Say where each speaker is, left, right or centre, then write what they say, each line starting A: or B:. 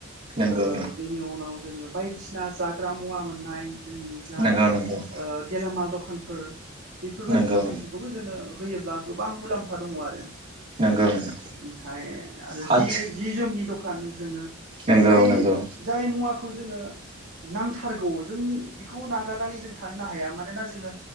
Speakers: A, on the right; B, on the right.
A: नंगौ
B: औ
A: नंगौ
B: बेनि उनाव जोङो बायदिसिना जाग्रा मुवा मोननाय जोंनि जा
A: नंगौ नंगौ नंगौ
B: गेलामाल दखानफोर बेफोरबायदि
A: नंगौ
B: दखानफोरखौबो
A: नंगौ
B: जोङो होयोब्ला गोबां मुलाम्फा दङ आरो।
A: नंगौ नंगौ
B: ओमफ्राय आरो
A: हाथ
B: जि जि जोमनि दखान जोङो
A: नंगौ
B: जाय
A: नंगौ
B: जाय मुवाखौ जोङो नांथारगौ जों बेखौ नागारनानै जों थानोनो हाया मानोना जोङो